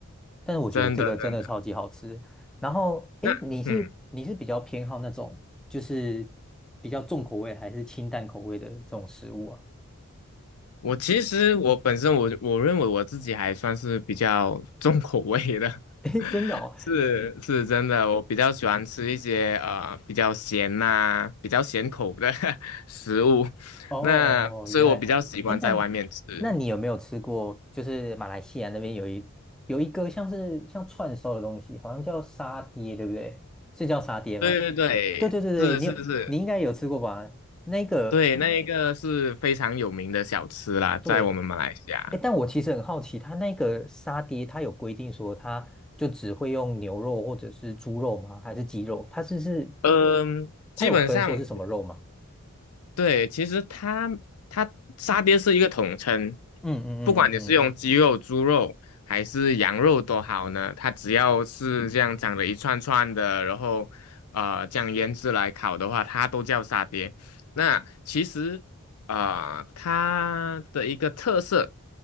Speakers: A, in the centre; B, on the left (about 85°).
A: 但是我觉得这个真的超级好吃。
B: 真的真的。
A: 然后，诶，
B: 那嗯，
A: 你是你是比较偏好那种就是比较重口味还是清淡口味的这种食物啊？
B: 我其实我本身我我认为我自己还算是比较重口味的，
A: <laughs> 诶，
B: <laughs>
A: 真的哦。
B: 是是真的，我比较喜欢吃一些呃比较咸呐、比较咸口的 <laughs> 食物，
A: 哦，哦原来，
B: 那所以我比较习惯在外面吃。
A: 哎，那那你有没有吃过？就是马来西亚那边有一有一个像是像串烧的东西，好像叫沙爹，对不对？是叫沙爹吗？
B: 对对对，
A: 对对对对，
B: 是是是，
A: 你有你应该有吃过吧？那个
B: 对，那一个是非常有名的小吃啦，
A: 对，
B: 在我们马来西亚。
A: 哎，但我其实很好奇，它那个沙爹，它有规定说它就只会用牛肉或者是猪肉吗？还是鸡肉？它是是
B: 嗯，
A: 它有分说是什么肉吗？
B: 基本上对，其实它它沙爹是一个统称，
A: 嗯嗯嗯嗯嗯，
B: 不管你是用鸡肉、猪肉还是羊肉都好呢，它只要是这样长得一串串的，然后呃这样腌制来烤的话，它都叫沙爹。那其实呃它的一个特色，